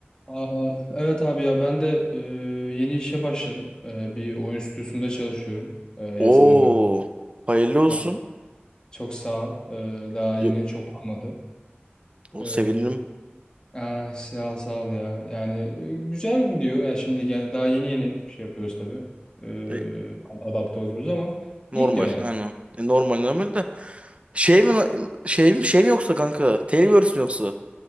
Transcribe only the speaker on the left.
Aa, evet abi ya ben de e, yeni işe başladım. E, bir oyun stüdyosunda çalışıyorum. E, yazılım
mühendisi.
Ha, çok sağ ol. E, daha yeni
çok olmadı.
E,
aa, sağ ol, sağ ol ya. Yani e, güzel gidiyor. Yani şimdi yani daha yeni yeni şey yapıyoruz tabii. E,
adapte oluyoruz ama
iyi gidiyor yani.